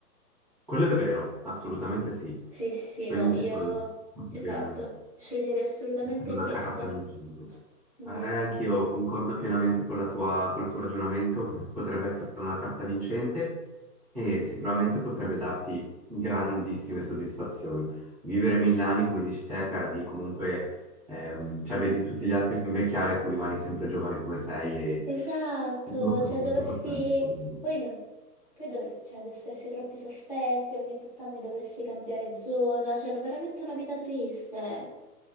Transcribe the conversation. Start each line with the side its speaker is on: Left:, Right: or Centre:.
Right: Quello è vero, assolutamente sì.
Left: Sì, sì, sì,
Right: Quindi,
Left: no,
Right: tipo,
Left: io...
Right: mm, bene.
Left: Esatto, sceglierei assolutamente
Right: essere una
Left: questo.
Right: carta vincente.
Left: Mm,
Right: Eh, anch'io concordo pienamente con la tua- col tuo ragionamento, potrebbe essere una carta vincente e sicuramente potrebbe darti grandissime soddisfazioni. Vivere mille anni, come dici te, perdi comunque, ehm, cioè vedi tutti gli altri invecchiare e tu rimani sempre giovane come sei e
Left: esatto,
Right: non sono
Left: cioè
Right: tanto
Left: dovresti...
Right: contento.
Left: Poi, n- poi dovresti, cioè, ad essersi troppi sospetti, ogni 8 anni dovresti cambiare zona, cioè, no, veramente una vita triste.